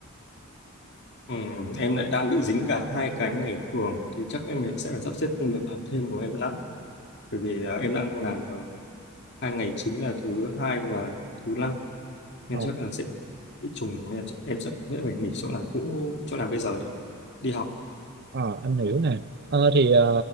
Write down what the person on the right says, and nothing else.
Ừ.
Ờ, em hiểu nè Ờ, thì ờ,